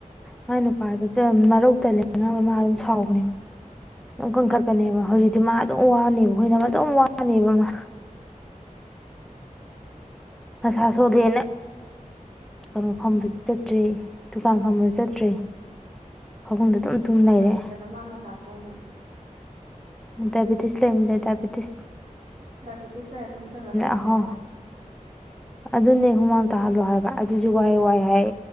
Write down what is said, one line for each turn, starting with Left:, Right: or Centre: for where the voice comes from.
Centre: ꯃꯥ ꯅꯨꯄꯥꯗꯨ ꯃꯔꯧ ꯇꯜꯂꯦ ꯃꯥ ꯑꯗꯨꯝ ꯁꯥꯎꯕꯅꯦꯕ ꯀꯪꯈꯠꯄꯅꯦꯕ ꯍꯧꯖꯤ ꯃꯥ ꯑꯗꯨꯝ ꯋꯥꯅꯦꯕ ꯑꯩꯈꯣꯏꯅ ꯑꯗꯨꯝ ꯋꯥꯅꯦꯕ ꯃꯥ
Right: ꯎꯝ
Centre: ꯃꯁꯥ ꯁꯣꯂꯦꯅ ꯀꯩꯅꯣ ꯐꯝꯕꯁꯨ ꯆꯠꯇ꯭ꯔꯦ ꯗꯨꯀꯥꯟ ꯐꯝꯕꯁꯨ ꯆꯠꯇ꯭ꯔꯦ ꯐꯃꯨꯡꯗ ꯑꯗꯨꯝ ꯇꯨꯝ ꯂꯩꯔꯦ
Right: ꯀꯔꯤꯗꯅ ꯃꯃꯥꯁꯥ ꯁꯣꯂꯤꯁꯦ
Centre: ꯗꯥꯏꯕꯤꯇꯤꯁ ꯂꯩ ꯂꯩ ꯗꯥꯏꯕꯤꯇꯤꯁ
Right: ꯗꯥꯏꯕꯦꯇꯤꯁ ꯀꯌꯥ ꯇꯨꯝꯁꯤꯂ ꯂꯩꯔ ꯐꯥꯅꯤ
Centre: ꯑꯍꯣ
Right: ꯍꯥꯏꯕ꯭ꯔꯣ
Centre: ꯑꯗꯨꯅꯦ ꯍꯨꯃꯥꯡ ꯇꯥꯍꯜꯂꯣ ꯍꯥꯏꯕ ꯑꯗꯨꯁꯨ ꯋꯥꯏ ꯋꯥꯏ ꯍꯥꯏ